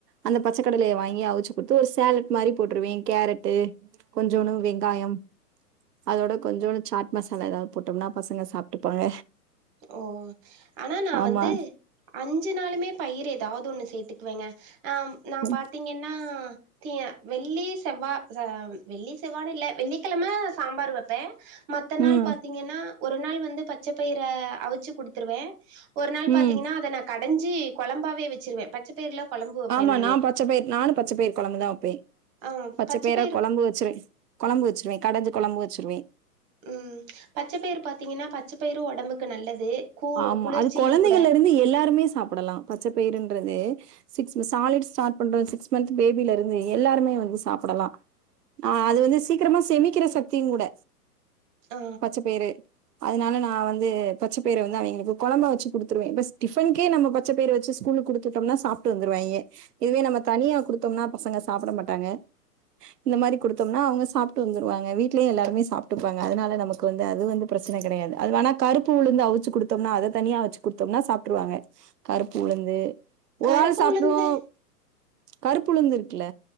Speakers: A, on the right; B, on the right.
A: அந்த பச்சக்கடலைய வாங்கி அவிச்சு குட்த்து ஒரு சேலட் மாரி போட்ருவே கேரட்டு கொஞ்சோணு வெங்காயம் அதோட கொஞ்சோணு சாட் மசாலா எதாவ்து போட்டம்னா பசங்க சாப்ட்டுப்பாங்க
B: ஓ ஆனா நா
A: ஆமா.
B: வந்து அஞ்சு நாளுமே பயிர் எதாவ்து ஒன்னு சேத்திக்குவேங்க ஆ நா
A: ம்,
B: பாத்தீங்கன்னா திய வெள்ளி, செவ்வா சா வெள்ளி செவ்வானு இல்ல வெள்ளிக்கெழம சாம்பாரு வெப்பே மத்த நாள்
A: ம்,
B: பாத்தீங்கன்னா ஒரு நாள் வந்து பச்ச பயிற அவிச்சு குடுத்துருவே ஒரு நாள் பாத்தீங்கன்னா
A: ம்.
B: அத நா கடஞ்சி கொழம்பாவே வெச்சிருவே பச்ச பயிறுல கொழம்பு வப்பே
A: ஆமா
B: நானு
A: நா பச்ச பயிற் நானு பச்ச பயிற் கொழம்புதா வெப்பே
B: ஆ
A: பச்ச பயிற
B: பயிறு
A: கொழம்பு வச்சிருவே கொழம்பு வச்சிருவே கடஞ்சி கொழம்பு வச்சுருவே
B: ம் பச்சப்பயிறு பாத்தீங்கன்னா பச்சப்பயிறு ஒடம்புக்கு நல்லது கூ
A: ஆமா
B: குளிர்ச்சியு
A: அது கொழந்தைகள்லிருந்து
B: கூட
A: எல்லாருமே சாப்பிடலா பச்சப்பயறுன்றது சிக்ஸ் மஸ் சாலிட் ஸ்டாட் பண்ற சிக்ஸ் மன்த்து பேபிலருந்து எல்லாருமே வந்து சாப்பிடலா ஆ அது வந்து சீக்கிரமா செமிக்கிற சக்தியுங்கூட
B: ஆ
A: பச்ச பயறு அதுனால நா வந்து பச்ச பயிற வந்து அவிங்ளுக்கு கொழம்பா வச்சு குடுத்துருவே பெஸ் டிஃபன்கே நம்ம பச்ச பயற வச்சு ஸ்கூலுக் குடுத்து உட்டம்னா சாப்ட்டு வந்துருவாய்ங்க இதுவே நம்ம தனியா குடுத்தம்னா பசங்க சாப்பட மாட்டாங்க இந்த மாரி குடுத்தம்னா அவங்க சாப்ட்டு வந்துருவாங்க வீட்லயு எல்லாருமே சாப்ட்டுப்பாங்க அதுனால நமக் கு வந்து அது வந்து பிரச்சன கெடயாது அது வேணா கருப்பு உழுந்த அ விச்சு குடுத்தம்னா அத தனியா அவிச்சு குடுத்தம்னா சாப்ட்ருவாங்க கருப்பு உளுந்து ஒராள்
B: கருப்பு
A: சாப்ட்ருவோ
B: உளுந்து
A: கருப்புழுந்து இருக்குல்ல